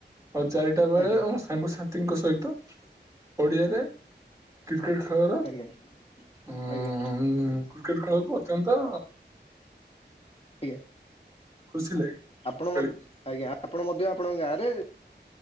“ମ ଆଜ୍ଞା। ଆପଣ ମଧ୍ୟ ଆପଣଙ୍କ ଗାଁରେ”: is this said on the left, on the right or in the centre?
Left